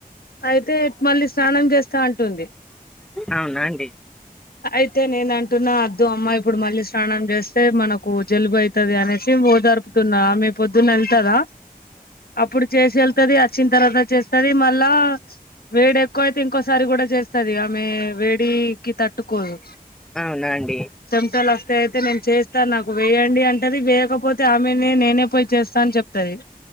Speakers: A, on the left; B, in the centre.
A: అయితే మళ్ళీ స్నానం చేస్తా అంటుంది
B: అవున అండి
A: అయితే నేను అంటున్నా అద్దు అమ్మా ఇప్పుడు మళ్ళీ స్నానం చేస్తే మన కు జలుబు అయ్తాది అనేసి ఓదరుపుతున్నా ఆమే పొద్దున్న వెళ్తదా అప్పుడు చేసి వెళ్తుది వచ్చిన తర్వాత చేస్తుది మళ్ళా వేడి ఎక్కువ అయితే ఇంకోసారి కూడా చేస్తది ఆమె వేడికి తట్టుకోదు
B: అవునా అండి
A: చెటలా అయితే నేను చేస్తాను నాకు వేయ్యండి అంటది వేయకపోతే ఆమెనే నేనే పోయి చేస్తా అని చెప్తది